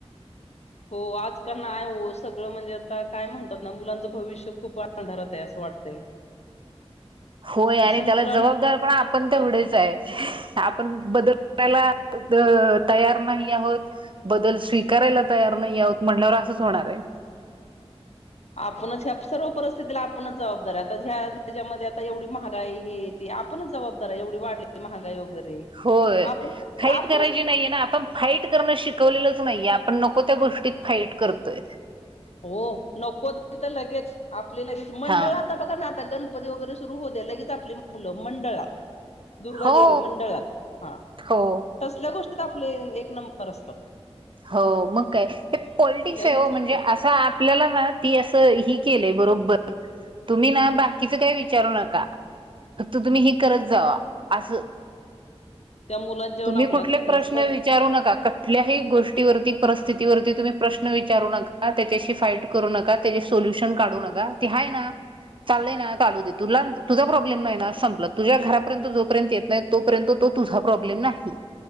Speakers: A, on the left (about 80°); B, on the right (about 50°).
A: हो आजकाल नाही हो सगळं म्हणजे आता काय म्हणतात ना मुलांचं भविष्य खूप वात धरत आहे असं वाटतं
B: होय आणि
A: मुलांना
B: त्याला जबाबदार पण आपण तेवढाच आहे आपण बदल आपल्याला तयार नाही आहोत बदल स्वीकारायला तयार नाही आत म्हटल्यावर असंच होणार आहे
A: आपणच ह्या सर्व परिस्थितीला आपणच जबाबदार आता ह्या ह्याच्यामध्ये आता एवढी महागाई ह आपणच जबाबदार एवढी वाढली महागाई वगैरे
B: होय
A: आपण
B: फाईट
A: आपणच
B: करायची नाइये ना आपण फाईट करणं शिकवलेलंच नाइय आपण नको त्या गोष्टीत फाईट करतोय
A: हो नको त तर लगेच आपले लगेच मंडळात
B: हा
A: आता बघा ना आता गणपती वगैरे सुरू हो द्या लगेच आपली मुलं मंडळात दुर्गादेवी
B: हो
A: मंडळात हा
B: हो
A: तसल्या गोष्टीत आपले एक नंबर असतात
B: हो मग काय ते पॉलिटिक्स
A: लगेच
B: हाय ओ
A: मग
B: मणजे अस असं आपल्याला ना ती असं ही केलंय बरोबर तुम्ही ना बाकीचं काही विचारू नका फक्त तुम्ही हे करत जावा आसं
A: त्या मुलांच्याहून
B: तुम्ही
A: आपल्याला
B: कुटले
A: खरंच
B: प्रश्न
A: पर
B: विचारू नका कुटल्याही गोष्टी वती परिस्थिती वती तुम्ही प्रश्न विचारू नका त्याच्याशी फाईट करू नका त्याचे सोल्युशन काढू नका ते हाय ना चाललंय ना चालू दे तुला तुझा प्रॉब्लेम नाइ ना संपलं तुझ्या घरापर्यंत जोपर्यंत येत नाइ तोपर्यंत तो तुझा प्रॉब्लेम नाही